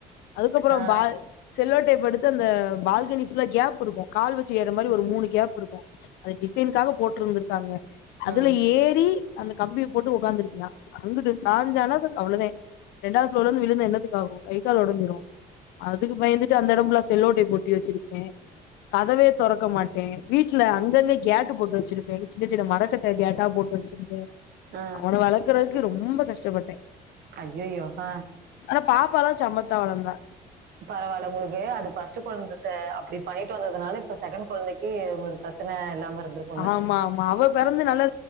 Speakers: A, on the left; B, on the right.
A: அதுக்கப்புற
B: ஆ
A: பால் செல்லோட்டேப் எடுத்து அந்த பால்கனி புல்லா கேப் இருக்கும் கால் வச்சு ஏற மாரி ஒரு மூனு கேப் இருக்கும் அது டிசைனுக்காக போட்டிருந்திருக்காங்க அதுல
B: ம்
A: ஏறி அந்த கம்பிய போட்டு உட்காந்துருப்பியா அங்குட்டு சாஞ்சானா அவ்வளவுதா ரெண்டாவது ப்ளோர்லந்து விழுந்தா என்னாத்துக்காகும் கை கால் ஒடஞ்சிரு அதுக்கு பயந்துட்டு அந்த எடம்புல்லா செல்லோட்டேப் ஒட்டி வச்சிருப்பே கதவே தொறக்க மாட்டே வீட்ல அங்கங்க கேட்டு போட்டு வச்சிருப்பே சின்ன சின்ன மரக்கட்ட கேட்டா போட்டு வச்சிருப்பே
B: ஆ
A: அவன வளக்குறதுக்கு ரொம்ப கஷ்டப்பட்டே
B: ஆ ஐயையோ ஆ
A: ஆனா பாப்பால்லா சமத்தா வளந்தா
B: பரவாயில உங்களுக்கு அது பஸ்ட் கொழந்த ச அப்டி பண்ணிட்டு வந்ததுனால இப்ப செகண்ட் கொழந்தைக்கு ஒரு பிரச்சன இல்லாம இருந்துருக்
A: ஆமா ஆமா அவ பெறந்து நல்லா